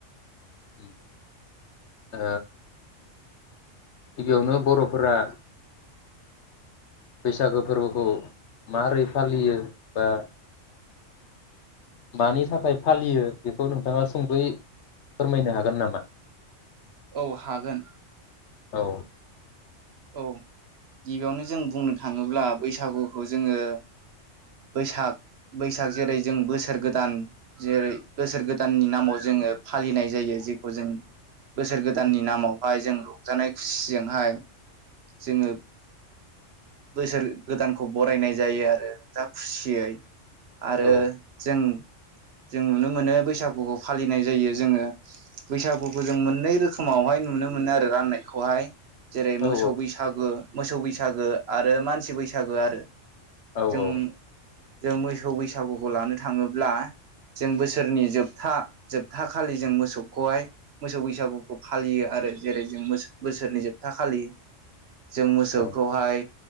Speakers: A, on the left; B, on the right.
A: उम ओ गिबियावनो बर'फोरा बैसागो फोरबोखौ मारै फालियो बा मानि थाखाय फालियो बेखौ नोंथांङा सुंदयै फोरमायनो हागोन नामा?
B: औ हागोन।
A: औ
B: औ गिबियावनो जों बुंनो थांङोब्ला बैसागुखौ जोंङो बैसाग बैसाग जेरै जों बोसोर गोदान जेरै बोसोर गोदाननि नामाव जोंङो फालिनाय जायो जे खौ जों बोसोर गोदाननि नामावहाय जों रंजानाय खुसिजोंहाय जोंङो बोसोर गोदानखौ बरायनाय जायो आरो रंजा खुसियै आरो
A: औ
B: जों जों नुनो मोनो बैसागुखौ फालिनाय जायो जोंङो बैसागुखौ जों मोननै रोखोमावहाय नुनो मोनो आरो राननायखौ हाय जेरै मोस
A: औ
B: सौ बैसागो, मोसौ बैसागो आरो मानसि बैसागो आरो।
A: औ
B: जों
A: औ
B: जों मोसौ बैसागुखौ लानो थांङोब्ला जों बोसोरनि जोबथा जोबथा खालि जों मोसौखौहाय मोसौ बैसागुखौ फालियो आरो जेरै जों मोस-बोसोरनि जोबथा खालि जों मोसौखौहाय
A: औ